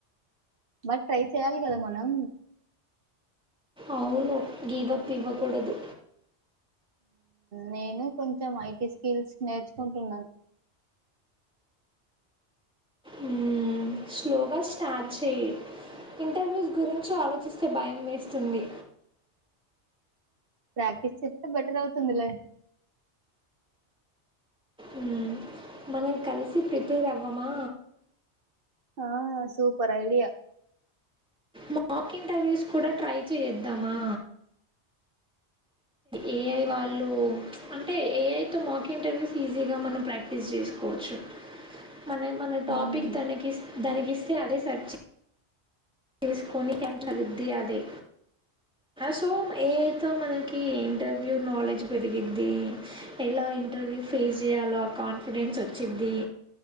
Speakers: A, on the right (about 55°); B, in the centre.
A: బట్ ట్రై చెయాలి కదా మనం
B: అవును గీవ పీవకూడదు
A: నేను కొంచెం ఐటీ స్కిల్స్ నేర్చుకుంటున్నాను
B: ఉమ్ స్లోగా స్టార్ట్ చే్య ఇంటర్వ్యూస్ గురించి ఆలోచిస్తే భయం వేస్తుంది
A: ప్రాక్టీీస్ చేస్తే బెటర్ అవుతుందిలే
B: ఉమ్ మనం కలిసి ప్రిపేర్ అవ్వమా
A: ఆ సూపర్ ఐడియా
B: మాక్ ఇంటర్వ్యూస్ కూడా ట్రై చేయద్దామా ఏఐ వాళ్ళు అంటే ఏఐతో మాక్ ఇంటర్వ్యూస్ ఈజీగా మనం ప్రాక్టీస్ చేసుకోవచ్చు మన మన
A: హ్మ్
B: టాపిక్ దనికిస్ దానినికిస్తే అదే సెర్చ్ చేయి తీసుకొని కంటద్ది అదే సో ఏ అయితే మనకి ఇంటర్వ్యూ నాలెడ్జ్ పెరిగిది ఎలా ఇంటర్వ్యూ ఫేస్ చేయాలో ఆ కాన్ఫిడెన్స్ వచ్చిద్ంది